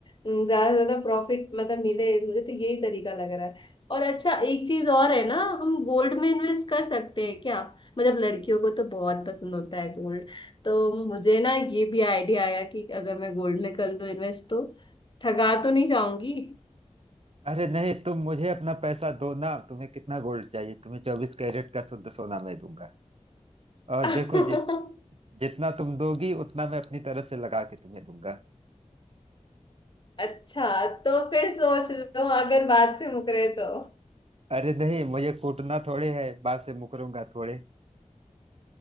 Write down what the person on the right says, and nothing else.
अरे नहीं तुम मुझे अपना पैसा दो ना तुम्हें कितना गोल्ड चाहिए तुम्हें चौबीस कैरेट का शुद्ध सोना मैं दूंगा और
देखो जि, जितना तुम दोगी उतना मैं अपनी तरफ से लगा के तुम्हें दूंगा
अरे नहीं मुझे कूटना थोड़े है बात से मुकरूंगा थोड़े